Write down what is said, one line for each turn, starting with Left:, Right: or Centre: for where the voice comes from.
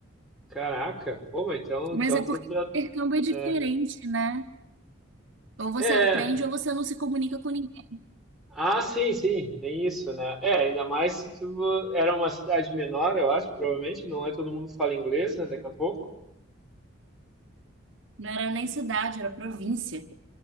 Centre: Caraca, pô, mas então,
Right: Mas
Centre: então
Right: é
Centre: tu
Right: porque
Centre: tá.
Right: o intercâmbio é diferente,
Centre: É,
Right: né? Ou você
Centre: é,
Right: aprende ou você não se comunica com ninguém.
Centre: Ah, sim, sim, tem isso, né? É, ainda mais se tu era uma cidade menor, eu acho, provavelmente, não é todo mundo fala inglês, né, daqui a pouco.
Right: Não era nem cidade, era província.